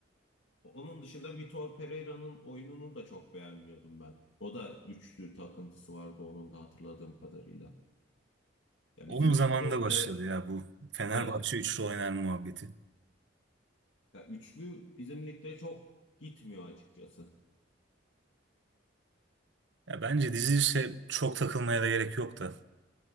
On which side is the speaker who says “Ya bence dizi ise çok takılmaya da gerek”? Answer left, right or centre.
Right